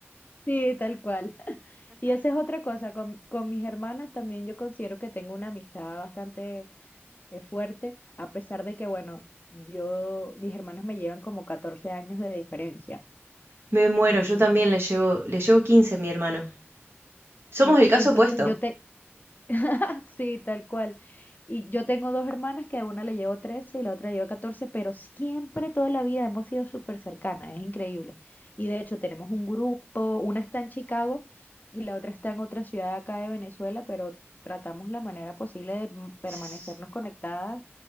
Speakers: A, on the left (about 40°); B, on the right (about 60°).
A: sí, tal cual. <laughs> Y esa es otra cosa, con, con mis hermanas también yo considero que tengo una amistad bastante eh, fuerte, a pesar de que, bueno, yo, mis hermanas me llevan como 14 años de diferencia,
B: Me muero,
A: imagínate.
B: yo también le llevo, le llevo 15 a mi hermano. Somos
A: Sí,
B: el caso
A: entonces
B: opuesto.
A: yo te, <laughs> sí, tal cual. Y yo tengo dos hermanas que a una le llevo 13 y la otra le llevo 14, pero siempre, toda la vida hemos sido súper cercanas, es increíble. Y de hecho tenemos un grupo, una está en Chicago y la otra está en otra ciudad acá de Venezuela, pero tratamos la manera posible de m- permanecernos
B: S-
A: conectadas